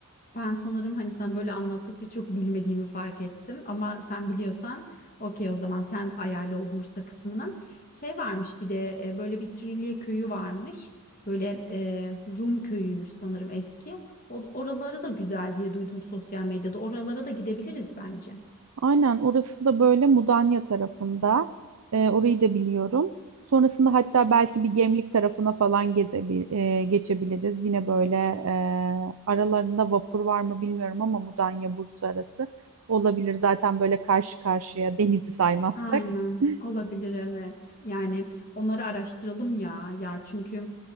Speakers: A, on the left (about 40°); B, on the right (about 75°).
A: Ben sanırım hani sen böyle anlattıkça çok bilmediğimi fark ettim. Ama sen biliyorsan okey o zaman sen ayarla o Bursa kısmını. Şey varmış bir de e, böyle bir Trilye köyü varmış. Böyle e, Rum köyüymüş sanırım eski. O, oraları da güzel diye duydum sosyal medyada. Oralara da gidebiliriz bence.
B: Aynen orası da böyle Mudanya tarafında. Eee, orayı da biliyorum. Sonrasında hatta belki bir Gemlik tarafına falan gezebi eee, geçebiliriz. Yine böyle eee, aralarında vapur var mı bilmiyorum ama Mudanya Bursa arası olabilir. Zaten böyle karşı karşıya denizi saymazsak.
A: Aynen
B: <laughs>
A: olabilir evet. Yani onları araştıralım ya ya çünkü